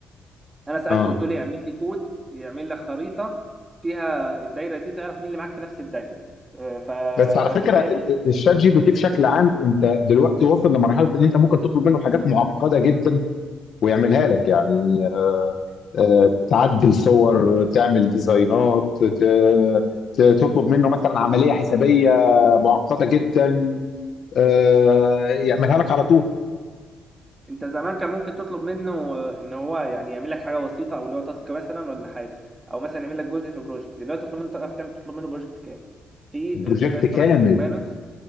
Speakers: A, on the right (about 15°); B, on the left (about 55°).
A: انا سالته
B: اه
A: قلت له اعمل لي كود يعمل لك خريطه فيها الدايره دي تعرف مين اللي معاك في نفس الدايره آه، فرسمها
B: بس على فكره ال-
A: لي
B: ال- الشات جي بي تي بشكل عام انت دلوقتي واصل لمرحله ان انت ممكن تطلب منه حاجات معقده جدا ويعملها لك يعني آه، آه، تعدل صور تعمل ديزاينات ت- ت- تطلب منه مثلا عملية حسابية معقدة جدا آه، يعملها لك على طول
A: انت زمان كان ممكن تطلب منه آه، ان هو يعني يعمل لك حاجه بسيطه او اللي هو تاسك مثلا ولا حاجه او مثلا يعمل لك جزء في بروجكت دلوقتي تطلب منه تعرف تعمل تطلب منه بروجكت كامل في
B: بروجكت
A: ذكاء اصطناعي
B: كامل
A: اسمه مانوس